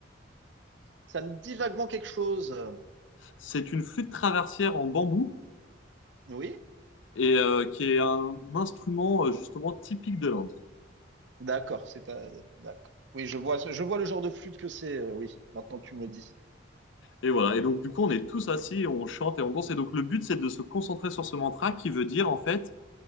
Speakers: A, on the right; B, on the left.
A: Ça me dit vaguement quelque chose. Euh,
B: c'est une flûte traversière en bambou,
A: Oui.
B: et euh, qui est un instrument euh, justement typique de l'Inde.
A: D'accord. C'est un- D'accord. Oui, je vois, je vois le genre de flûte que c'est. euh, Oui. Maintenant que tu me le dis.
B: Et voilà. Et donc, du coup, on est tous assis, on chante et on danse. Et donc, le but, c'est de se concentrer sur ce mantra qui veut dire, en fait,